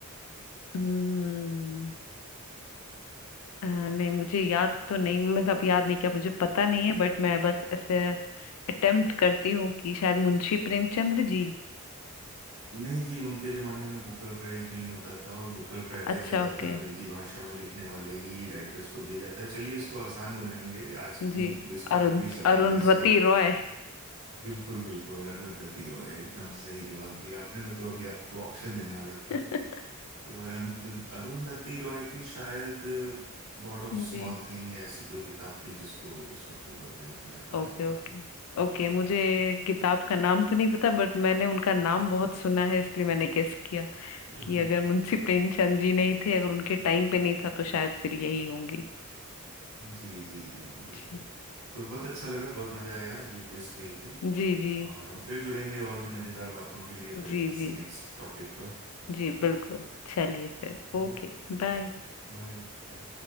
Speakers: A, on the left; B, on the right.
A: हम्म अ, नहीं मुझे याद तो नहीं मतलब याद नहीं किया मुझे पता नहीं है बट मैं बस ऐसे अटेम्प्ट करती हूँ कि शायद मुंशी प्रेमचंद्र जी
B: नहीं जी उनके जमाने में बुकर प्राइज नहीं होता था और बुकर प्राइज
A: अच्छा
B: ज्यादातर
A: ओके
B: अंग्रेजी भाषा में लिखने वाले ही राइटर्स को दिया जाता है चलिए इसको आसान बनाएंगे आज की
A: जी
B: क्विज का
A: अरुण
B: आखिरी सवाल
A: अरुंधवती
B: है इसको
A: रॉय
B: बिल्कुल बिल्कुल अरुंधति रॉय एकदम सही जवाब दिया आपने मैं तो अभी आपको ऑप्शन देने वाला था
A: <laughs>
B: तो अरंत अरुंधति रॉय की शायद गॉड ऑफ
A: जी
B: स्मॉल थिंग या ऐसी कोई किताब थी जिसको उस वक्त बुकर प्राइज मिला था
A: Okay
B: पहला
A: okay ओके मुझे किताब का नाम तो नहीं पता बट मैंने उनका नाम बहुत सुना है इसलिए मैंने गेस किया
B: <laughs>
A: कि अगर मुंशी प्रेमचंद जी नहीं थे अगर उनके टाइम पे नहीं था तो शायद फिर यही होंगी
B: जी जी जी बिल्कुल
A: जी
B: तो बहुत अच्छा लगा बहुत मजा आया ये क्विज खेल के
A: जी जी
B: और हम फिर जुड़ेंगे और भी मजेदार बातों के लिए फिर
A: जी
B: किसी
A: जी
B: नेक्स्ट टॉपिक पर
A: जी बिल्कुल चलिए फिर
B: ओके
A: ओके बाय
B: बाय बाय